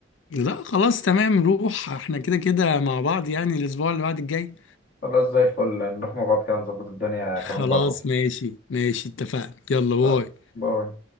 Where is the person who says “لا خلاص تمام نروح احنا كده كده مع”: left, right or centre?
Left